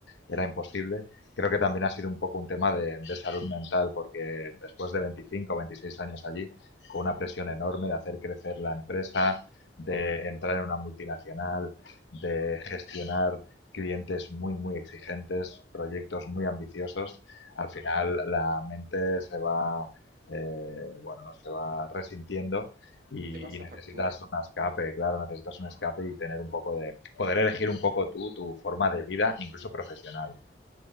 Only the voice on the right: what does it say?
te pasa
factura.